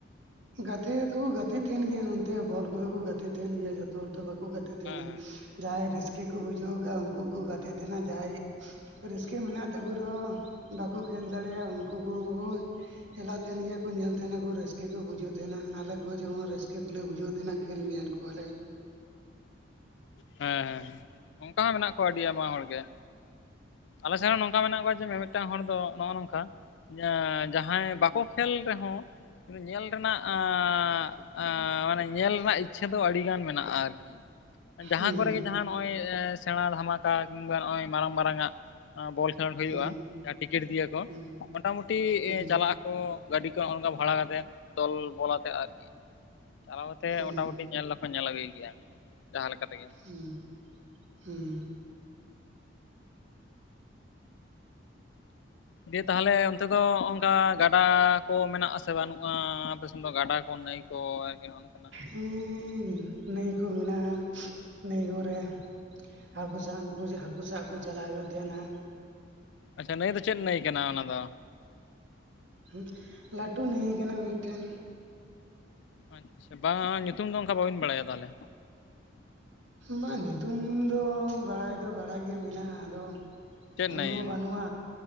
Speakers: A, on the right (about 70°); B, on the left (about 65°).
A: ᱟᱹᱧᱼᱼ ᱜᱟᱛᱮ ᱫᱚᱠᱚ ᱜᱟᱛᱮ ᱛᱟᱦᱮᱱ ᱜᱮᱭᱟ ᱱᱚᱱᱛᱮ ᱵᱚᱞ ᱠᱚᱫᱚ ᱠᱚ ᱜᱟᱛᱮ ᱛᱟᱦᱮᱱ ᱜᱮᱭᱟ ᱡᱚᱛᱚ ᱦᱚᱲ ᱫᱚ ᱵᱟᱠᱚᱼᱼ ᱠᱩ ᱜᱟᱛᱮᱜ ᱛᱟᱦᱮᱱᱟ
B: ᱦᱮᱸ ᱦᱮᱸ
A: ᱡᱟᱦᱟᱸᱟᱭ ᱨᱟᱹᱥᱠᱟᱹ ᱠᱚ ᱵᱩᱡᱷᱟᱹᱣ ᱠᱟᱜᱼᱟ, ᱩᱱᱠᱩ ᱠᱚ ᱜᱟᱛᱮ ᱛᱟᱦᱮᱱᱟ ᱡᱟᱦᱟᱸᱭᱼᱼ ᱨᱟᱹᱥᱠᱟᱹ ᱢᱮᱱᱟᱜ ᱛᱟᱠᱚ ᱨᱮᱦᱚᱸ ᱵᱟᱠᱚ ᱠᱷᱮᱞ ᱫᱟᱲᱮᱭᱟᱜ ᱩᱱᱠᱩ ᱠᱚ ᱵᱚᱨᱚᱝᱼᱼ ᱪᱟᱞᱟᱜ ᱛᱟᱦᱮᱱ ᱜᱮᱭᱟ ᱠᱚ ᱧᱮᱞ ᱛᱟᱦᱮᱸᱱᱟᱠᱩ ᱨᱟᱹᱥᱠᱟᱹ ᱠᱚ ᱵᱩᱡᱷᱟᱹᱣ ᱛᱟᱦᱮᱸᱱᱟ, ᱟᱞᱮ ᱠᱚ ᱡᱮᱢᱚᱱ ᱨᱟᱹᱥᱠᱟᱹ ᱠᱚᱞᱮ ᱵᱩᱡᱷᱟᱹᱣ ᱛᱟᱦᱮᱱᱟ᱾ ᱠᱷᱮᱞ ᱧᱮᱞ ᱠᱚᱣᱟᱞᱮ᱾
B: ᱦᱮᱸ ᱦᱮᱸ ᱚᱝᱠᱟ ᱦᱚᱸ ᱢᱮᱱᱟᱜ ᱠᱚᱣᱟ ᱟᱹᱰᱤ ᱟᱭᱢᱟ ᱦᱚᱲ ᱜᱮ᱾ ᱟᱞᱮ ᱥᱮᱱ ᱦᱚᱸ ᱱᱚᱝᱠᱟ ᱢᱮᱱᱟᱜ ᱠᱚᱣᱟ ᱡᱮ ᱢᱤᱢᱤᱫᱴᱟᱝ ᱦᱚᱲ ᱫᱚ ᱱᱚᱜᱼᱚ ᱱᱚᱝᱠᱟ᱾ ᱮᱸ, ᱡᱟᱦᱟᱸᱭ ᱵᱟᱠᱚ ᱠᱷᱮᱹᱞ ᱨᱮᱦᱚᱸ ᱧᱮᱞ ᱨᱮᱱᱟᱜ ᱟᱸᱻ ᱟᱸᱻ ᱢᱟᱱᱮ ᱧᱮᱞ ᱨᱮᱱᱟᱜ ᱤᱪᱪᱷᱟᱹ ᱫᱚ ᱟᱹᱰᱤ ᱜᱟᱱ ᱢᱮᱱᱟᱜᱼᱟ ᱟᱨᱠᱤ ᱡᱟᱦᱟᱸ
A: ᱦᱩᱸ
B: ᱠᱚᱨᱮᱜᱮ ᱡᱟᱦᱟᱸ ᱱᱚᱜᱼᱚᱭ ᱥᱮᱬᱟ ᱫᱷᱟᱢᱟᱠᱟ ᱠᱤᱝᱵᱟ ᱱᱚᱜᱼᱚᱭ ᱢᱟᱨᱟᱝ ᱢᱟᱨᱟᱝᱟᱜ ᱵᱚᱞ ᱡᱷᱮᱹᱞ ᱦᱩᱭᱩᱜᱼᱟ
A: ᱦᱩᱸ
B: ᱡᱟᱦᱟᱸ ᱴᱤᱠᱤᱴ ᱫᱤᱭᱟ ᱠᱚ,
A: ᱦᱩᱸ
B: ᱢᱚᱴᱟᱢᱩᱴᱤ
A: ᱦᱩᱸ
B: ᱪᱟᱞᱟᱜ ᱠᱚ ᱜᱟᱹᱰᱤ ᱠᱚ ᱚᱱᱠᱟ ᱵᱷᱟᱲᱟ ᱠᱟᱛᱮᱜ, ᱫᱚᱞᱵᱚᱞ ᱟᱛᱮᱜ ᱟᱨᱠᱤ ᱪᱟᱞᱟᱣ ᱠᱟᱛᱮ
A: ᱦᱩᱸ
B: ᱢᱚᱴᱟᱢᱩᱴᱤ ᱧᱮᱞ ᱫᱚᱠᱚ ᱧᱮᱞ ᱟᱹᱜᱩᱭ ᱜᱮᱭᱟ ᱡᱟᱦᱟᱸ ᱞᱮᱠᱟ ᱛᱮᱜᱮ᱾
A: ᱦᱩᱸ, ᱦᱩᱸ᱾
B: ᱫᱤᱭᱮ ᱛᱟᱦᱞᱮ ᱚᱱᱛᱮ ᱫᱚ ᱱᱚᱜ ᱚᱝᱠᱟ ᱜᱟᱰᱟ ᱠᱚ ᱢᱮᱱᱟᱜ ᱟᱥᱮ ᱵᱟᱹᱱᱩᱜᱼᱟ? ᱟᱯᱮ ᱥᱮᱱ ᱫᱚ ᱜᱟᱰᱟ ᱠᱚ ᱱᱟᱹᱭ ᱠᱚ ᱟᱨᱠᱤ ᱱᱚᱜ-ᱚ ᱱᱚᱝᱠᱟ ᱱᱟᱜ?
A: ᱦᱩᱸ, ᱱᱟᱹᱭᱠᱚ ᱢᱮᱱᱟᱜ-ᱟ, ᱱᱟᱹᱭ ᱠᱚᱨᱮ᱾ ᱦᱟᱹᱠᱩ ᱥᱟᱵ ᱩᱝᱠᱩ ᱡᱮ ᱦᱟᱹᱠᱩ ᱥᱟᱵ ᱠᱩ ᱪᱟᱞᱟᱣ ᱦᱩᱭᱩᱜ ᱛᱮᱦᱮᱱᱟ᱾
B: ᱟᱪᱪᱷᱟ ᱱᱟᱹᱭ ᱫᱚ ᱪᱮᱫ ᱱᱟᱹᱭ ᱠᱟᱱᱟ ᱚᱱᱟ ᱫᱚ?
A: ᱦᱩᱸ, ᱞᱟᱹᱴᱩ ᱱᱟᱹᱭ ᱠᱟᱱᱟ ᱢᱤᱫᱴᱮᱱ᱾
B: ᱟᱪᱪᱷᱟ ᱵᱟᱝᱟᱴ ᱧᱩᱛᱩᱢ ᱫᱚ ᱚᱱᱠᱟ ᱵᱟᱵᱤᱱ ᱵᱟᱲᱟᱭᱟ ᱛᱟᱦᱮᱞᱮ?
A: ᱵᱟᱝ ᱧᱩᱛᱩᱢ ᱫᱚ ᱵᱟᱲᱟᱭ ᱫᱚ ᱵᱟᱲᱟᱭ ᱜᱮ ᱢᱮᱱᱟᱜ-ᱟ ᱟᱫᱚ
B: ᱪᱮᱫ
A: ᱩᱱᱟᱹᱜ
B: ᱱᱟᱹᱭ
A: ᱢᱟ
B: ᱚᱱᱟ
A: ᱵᱟᱹᱱᱩᱜ-ᱟ
B: ᱫᱚ?